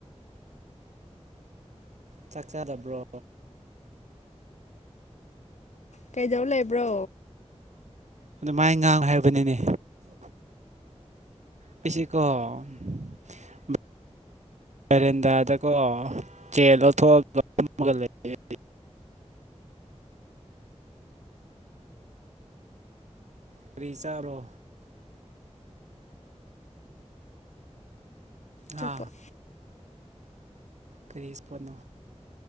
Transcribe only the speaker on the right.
ꯆꯥꯛ ꯆꯥꯗꯕ꯭ꯔꯣ
ꯑꯗꯨ ꯃꯥꯏ ꯉꯥꯡ ꯍꯥꯏꯕꯅꯤꯅꯦ ꯄꯤꯁꯤ ꯀꯣ <unintelligible> ꯕꯦꯔꯦꯟꯗꯥꯗꯀꯣ ꯆꯦꯜ ꯂꯧꯊꯣꯛꯑꯒ ꯐꯝꯃꯒ ꯂꯩꯌꯦ ꯀ꯭ꯔꯤ ꯆꯥꯕ꯭ꯔꯣ ꯍꯥ
ꯀꯔꯤ ꯏꯁꯄꯣꯠꯅꯣ